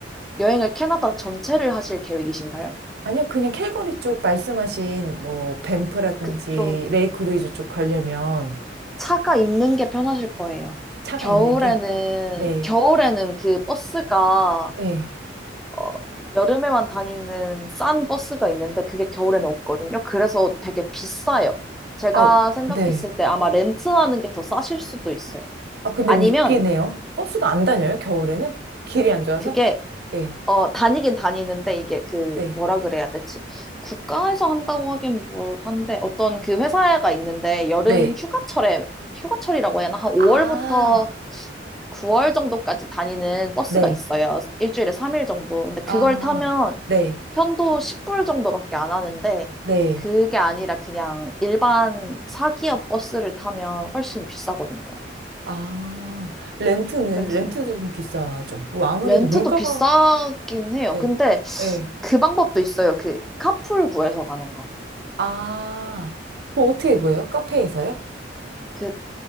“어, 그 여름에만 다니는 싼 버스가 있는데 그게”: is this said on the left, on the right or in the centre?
Centre